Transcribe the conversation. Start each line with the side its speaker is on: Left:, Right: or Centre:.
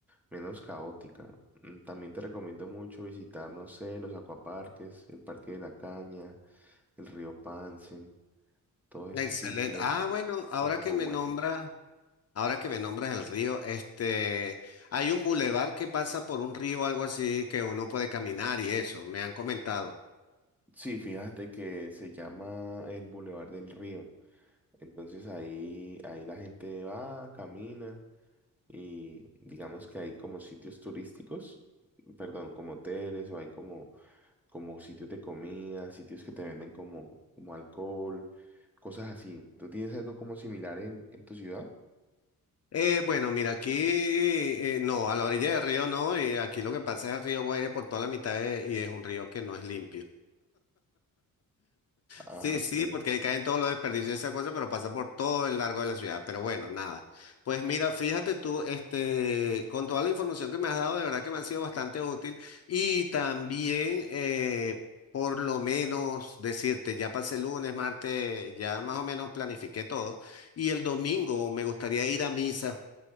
Centre: menos caótica. Mm, También te recomiendo mucho visitar, no sé, los acuaparques, el Parque de la Caña, el río Pance, todos
Left: Excelente.
Centre: estos sitios
Left: Ah, bueno, ahora
Centre: son como
Left: que me
Centre: buenos.
Left: nombras Ahora que me nombras el río, este, hay un bulevar que pasa por un río o algo así que uno puede caminar y eso, me han comentado.
Centre: Sí, fíjate que se llama el Boulevard del Río. Entonces ahí, ahí la gente va, camina y digamos que hay como sitios turísticos, perdón, como hoteles o hay como, como sitios de comida, sitios que te venden como, como alcohol, cosas así. ¿Tú tienes algo como similar en, en tu ciudad?
Left: Eh, bueno, mira, aquí, eh, no, a la orilla del río no, y aquí lo que pasa es el río Guaire por toda la mitad de- y es un río que no es limpio.
Centre: Ah,
Left: Sí,
Centre: ok.
Left: sí, porque ahí caen todos los desperdicios de esa cosa, pero pasa por todo el largo de la ciudad. Pero bueno, nada. Pues mira, fíjate tú, este, con toda la información que me has dado, de verdad que me ha sido bastante útil. Y también, eh, por lo menos decirte, ya pasé lunes, martes, ya más o menos planifiqué todo. Y el domingo me gustaría ir a misa.